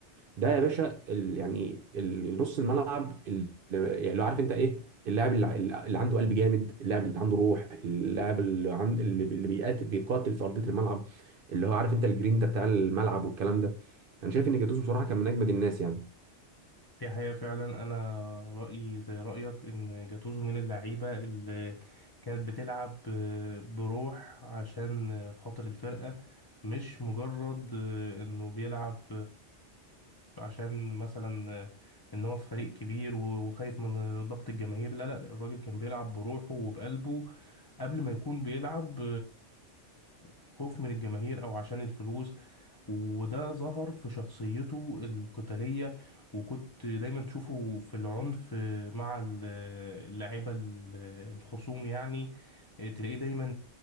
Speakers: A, on the right; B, on the left.
A: ده يا باشا ال... يعني ال- نص الملعب اللي يعني لو عارف انت ايه اللاعب اللي اللي عنده قلب جامد اللاعب اللي عنده روح اللاعب اللي عند اللي اللي بيقاتل بيقاتل في ارضيه الملعب اللي هو عارف انت الجرينتا بتاع الملعب والكلام ده انا شايف ان جاتوزو بصراحه كان من اجمد الناس يعني
B: دي حقيقة فعلا أنا رأيي زي رأيك إن جاتوزو من اللعيبة اللي كانت بتلعب ب- بروح عشان خاطر الفرقة مش مجرد إنه بيلعب عشان مثلا إن هو في فريق كبير وخايف من ضغط الجماهير لا لا الراجل كان بيلعب بروحه وبقلبه قبل ما يكون بيلعب خوف من الجماهير أو عشان الفلوس وده ظهر في شخصيته القتالية وكنت دايما تشوفه في العنف مع ال- اللعيبة ال- الخصوم يعني تلاقيه دايما